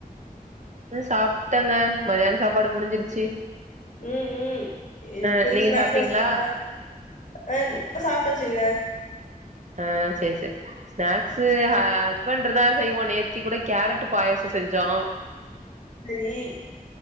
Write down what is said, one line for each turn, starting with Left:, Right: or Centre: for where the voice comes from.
Right: து சாப்ட்டேங்க மதியானத் சாப்பாடு முடிஞ்சிருச்சு
Left: ம் ம் இத்
Right: ஆ
Left: புது
Right: நீங்க
Left: ஸ்நாக்ஸ்
Right: சாப்ட்டீங்களா
Left: பாக்ஸ் ரெடியா அ நா சாப்டாச்சுங்க
Right: ஆ சேரி சேரி ஸ்நாக்ஸ்சு ஹ டிஃப்ரெண்டுறுதா செய்வோ நேத்தி கூட கேரட் பாயசோ செஞ்சோ
Left: லேயி